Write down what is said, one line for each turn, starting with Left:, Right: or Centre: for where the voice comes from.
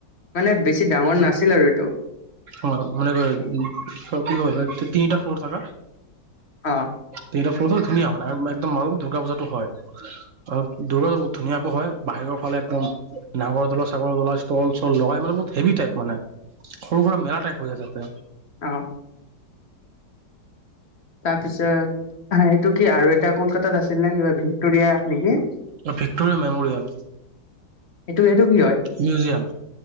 Left: মানে বেছি ডাঙৰ নাছিল আৰু এইটো।
Right: অ মানে ক উ কি ক তিনিটা ফ্লৰ থাকা।
Left: আ।
Right: তিনটা ফ্লৰত ধুনীয়া মানে আৰু একদম ম দুৰ্গা পূজাটো হয় আৰু দুৰ্গা পূজা বহুত ধুনীয়াকৈ হয়। বাহিৰত ফালে একদম নাঙৰ ধোলা চাগৰোলা ষ্টল চল লগাই মানে বহুত হেভি টাইপ মানে। সৰু সুৰা মেলা টাইপ হৈ যায় তাতে।
Left: অ তাৰ পিছত হ সেইটো কি আৰু এটা কলকাতাত আছিল নে কিবা ভিক্টৰিয়া নেকি।
Right: Victoria memorial.
Left: সেইটো সেইটো কি হয়
Right: মিউজিয়াম